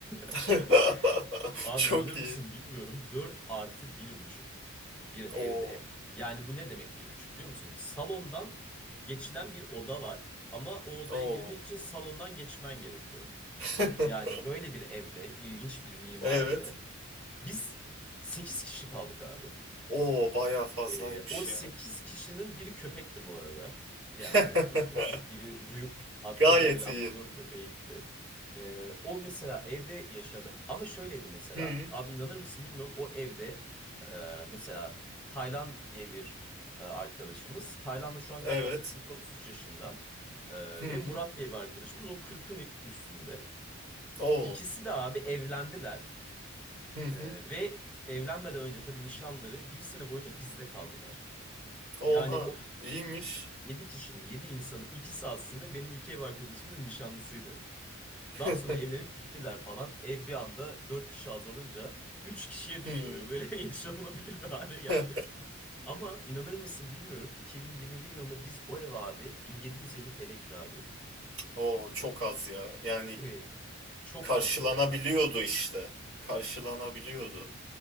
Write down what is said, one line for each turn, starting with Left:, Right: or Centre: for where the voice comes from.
Right: <laughs>
Centre: <laughs> Abi
Right: Çok
Centre: inanır mısın
Right: iyi.
Centre: bilmiyorum. 4 artı bir buçuk bir
Right: Oo.
Centre: evde. Yani bu ne demek bir buçuk biliyor musun? Salondan geçilen bir oda var ama o odaya
Right: Oo.
Centre: girmek için salondan geçmen gerekiyor.
Right: <laughs>
Centre: Yani böyle bir evde ilginç bir mimaride
Right: Evet.
Centre: biz 8 kişi kaldık abi.
Right: Oo bayağı fazlaymış
Centre: Ee, o 8
Right: ya.
Centre: kişinin biri köpekti bu arada. Yani
Right: <laughs>
Centre: onu da söyleyeyim. Biri Ruyuk adlı
Right: Gayet
Centre: bir Labrador
Right: iyi.
Centre: köpeğiydi. Ee, o mesela evde yaşadık ama şöyleydi mesela.
Right: Hı,
Centre: Abi inanır mısın bilmiyorum o evde e, mesela Taylan diye bir e, arkadaşımız. Taylan da şu an
Right: evet.
Centre: galiba 32-33 yaşında. Ee,
Right: Hı,
Centre: ve Murat diye bir arkadaşımız o 40'ın üstünde.
Right: oo.
Centre: İkisi de abi evlendiler.
Right: Hı hı.
Centre: Ee, ve evlenmeden önce tabii nişanları bir sene boyunca bizde kaldılar.
Right: Oha.
Centre: Yani o iki,
Right: İyiymiş.
Centre: sekiz, yedi kişinin, yedi insanın ikisi aslında benim iki ev arkadaşımın nişanlısıydı. Daha
Right: <laughs>
Centre: sonra evlenip gittiler falan. Ev bir anda dört kişi azalınca üç kişiye düştü.
Right: Hı.
Centre: ve Böyle <laughs> yaşanılabilir bir hale geldi.
Right: <laughs>
Centre: Ama inanır mısın bilmiyorum 2021 yılında biz o ev abi 1750 TL kira ödüyorduk.
Right: Oo çok az ya. Yani
Centre: Evet. Çok
Right: karşılanabiliyordu
Centre: azdı yani.
Right: işte. Karşılanabiliyordu.